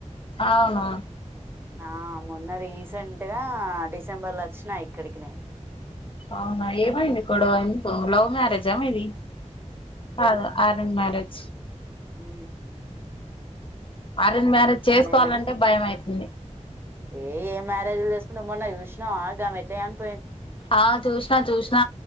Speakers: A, on the left; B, on the right.
A: అవునా
B: నా మొన్న రీసెంట్గా డిసెంబర్ లో వచ్చినా ఇక్కడికి నేను
A: అవునా ఏమైంది గొడవ ఎందుకు లవ్ మ్యారేజా ఆ మీది కాదు అరేంజ్ మ్యారేజ్
B: ఉ
A: ఉ అరేంజ్ మ్యారేజ్ చేసుకోవాలంటే
B: గాని
A: భయం అయితుంది
B: ఏ ఏ మ్యారేజ్లు చేసుకుంటావ్ మొన్న చూసినావ గామె ఎట్ల చని
A: ఆ చూసినా చూసిన